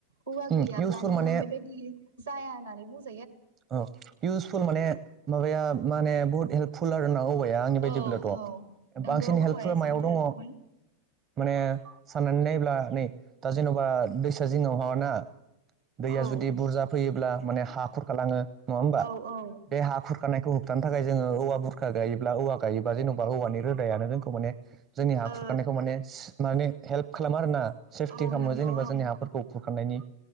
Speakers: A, on the right; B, on the right.
A: औवा
B: उम
A: गैयाब्लानो
B: इउसफुल माने
A: आं बेबायदि जाया होननानै बुंजा
B: औ इउसफुल माने माबाया माने बुहुत हेल्पफुल आरोना औवाया आंनि बायदिबोब्लाथ'
A: औ औ नोंगौ
B: बांसिन
A: औवाया
B: हेल्पफुला
A: जोबोद
B: मायाव
A: हेल्पफुल
B: दङ माने साननानै नायोब्ला नै दा जेन'बा दैसा जिङावहा ना दैया
A: औ
B: जुदि बुरजा फैयोब्ला माने हा खुरखालाङो नङा होमबा
A: औ औ
B: बे हा खुरखानाय खौ होबथानो थाखाय जोङो औवा बुरखा गायोब्ला औवा गायोबा जेन'बा औवानि रोदायानो जोंखौ माने जोंनि हा
A: ओ
B: खुरखानायखौ माने माने हेल्प खालामो आरोना सेफटि
A: औ
B: खालामो
A: नंगौ
B: जेनेबा जोंनि हाफोरखौ खुरखांनायनि